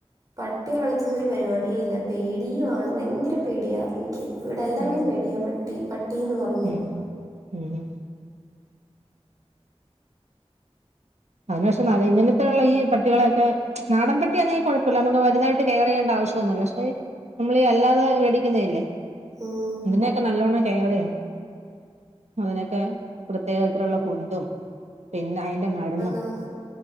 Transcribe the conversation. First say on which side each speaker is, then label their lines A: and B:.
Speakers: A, on the right (about 35°); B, on the right (about 85°).
A: പട്ടിയെ വളർത്തുന്നൊരു പരുപാടിയേയില്ല പേടിയുമാണ് ഭയങ്കര പേടിയാണ് എനിക്ക് ഇവിടെ എല്ലാർക്കും
B: ഉം
A: പേടിയാ പട്ടി പട്ടീന്ന് പറഞ്ഞാ
B: ഉം ഉം അതിനു പക്ഷെ ഇങ്ങനത്തെെയുള്ള ഈ പട്ടികളെയൊക്കെ നാടൻ പട്ടിയാന്നെങ്കി കൊഴപ്പല്ല നമുക്ക് വലുതായിട്ട് കെയറ ചെയേണ്ടാവ ശൊന്നുല്ല. പക്ഷെ നമ്മളീ അല്ലാതെ വേടിക്കുന്നല്ലേ
A: ഉം
B: അതിനെക്കെ നല്ലോണം റാണ് അതിനെക്കെ പ്രത്യേകത്തിലുള്ള ഫുഡും പിന്നെ അയിന്റെ മരുന്നു
A: ആത